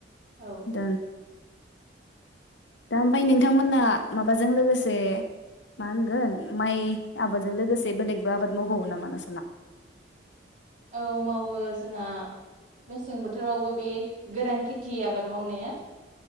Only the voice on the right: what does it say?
औ
औ मावो जोंहा मेसें बोथोरावबो बे गोरान खेथि आबाद मावनाया